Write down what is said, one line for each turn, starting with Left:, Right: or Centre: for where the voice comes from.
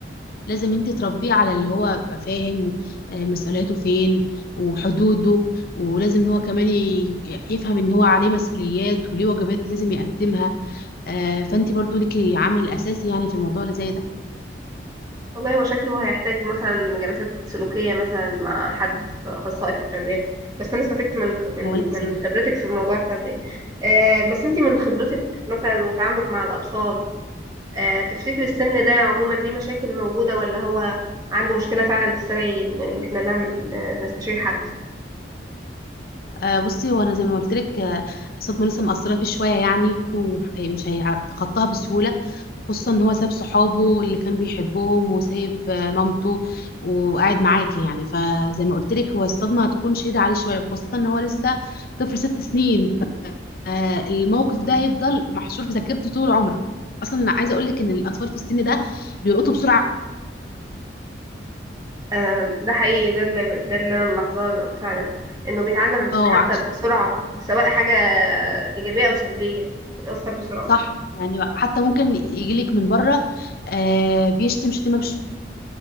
Left: لازم انت تربيه على اللي هو يبقى فاهم آه، مسؤولياته فين وحدوده ولازم ان هو كمان ي- يفهم ان هو عليه مسؤوليات وليه واجبات لازم يقدمها آه، فانت برضو ليكي عامل اساسي يعني في الموضوع اللي زي ده
Right: والله هو شكله هيحتاج مثلا جلسات سلوكية مثلا مع حد في أخصائي في التربية بس أنا استفدت من خ- من
Left: هو لازم
Right: من خبرتك في موضوع التربية آه، بس أنت من خبرتك مثلا وتعاملك مع الأطفال آه، تفتكري السن ده عموما دي مشاكل موجودة ولا هو عنده مشكلة فعلا تستدعي إن إن احنا نعمل ن- نستشير حد
Left: آه، بصي هو انا زي ما قلت لك آه، الصدمه لسه مأثره فيه شويه يعني ومش هيتخطاها بسهوله خصوصا ان هو ساب صحابه اللي كان بيحبهم وسايب آه، مامته وقاعد معاكي يعني فزي ما قلت لك هو الصدمه هتكون شديده عليه شويه خصوصا ان هو لسه طفل ست سنين فالموقف ده هيفضل محشور في ذاكرته طول عمره اصلا انا عايزه اقول لك ان الاطفال في السن ده بيلقطوا بسرعه
Right: آه، ده حقيقي ده اللي ده اللي انا ملاحظاه فعلا انه بيتعلم
Left: اه
Right: حتى
Left: عش-
Right: بسرعة سواء حاجة ايجابية او سلبية بتأثر بسرعة
Left: صح يعني حتى ممكن يجي لك من بره آه، بيشتم شتيمه